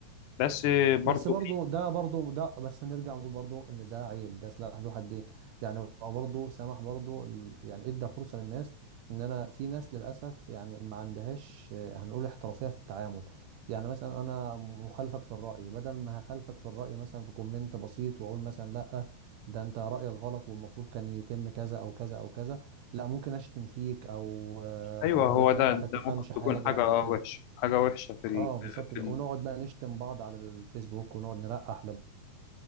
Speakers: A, on the left (about 80°); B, on the right (about 75°).
A: بس برضو
B: بس برضو ده برضو ده بس نرجع ونقول برضو ان ده عيب ده سلاح ذو حدين يعني هو برضو سمح برضو ال- يعني ادى فرصة للناس ان انا في ناس للاسف يعني ما عندهاش آه، هنقول احترافية في التعامل يعني مثلا انا مخالفك في الرأي بدل ما هخالفك في الرأي مثلا في كومنت بسيط واقول مثلا لا ده انت رأيك غلط والمفروض كان يتم كذا او كذا او كذا لا ممكن اشتم فيك او آه،
A: ايوه
B: اقول
A: هو
B: لك
A: ده
B: لا انت
A: ده
B: بتفهمش
A: ممكن تكون
B: حاجة
A: حاجة
B: او
A: آه،
B: كده
A: وحشة حاجة وحشة في ال...
B: اه بالظبط كده
A: في ال...
B: ونقعد بقى نشتم بعض على الفيسبوك ونقعد نلقح